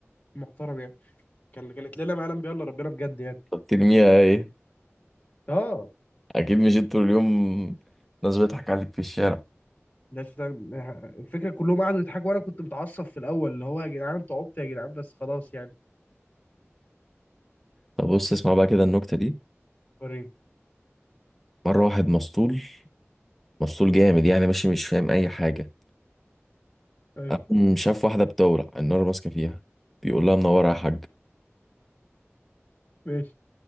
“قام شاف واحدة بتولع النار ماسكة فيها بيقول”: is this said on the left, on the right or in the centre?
Centre